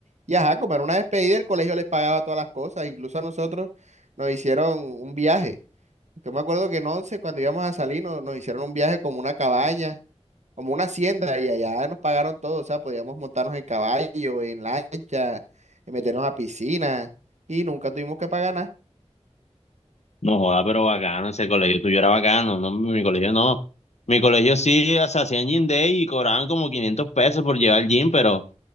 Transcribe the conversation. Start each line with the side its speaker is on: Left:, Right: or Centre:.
Right: y ajá, como era una despedida, el colegio les pagaba todas las cosas, incluso a nosotros nos hicieron un viaje. Yo me acuerdo que en once, cuando íbamos a salir, nos, nos hicieron un viaje como una cabaña como una hacienda y allá nos pagaron todo, o sea, podíamos montarnos en caballo, en lancha, y meternos a piscina y nunca tuvimos que pagar nada.
Left: No joda, pero bacano, ese colegio tuyo era bacano, no, mi colegio no. Mi colegio sí, o sea, hacían gym day y cobraban como 500 pesos por llevar gym, pero,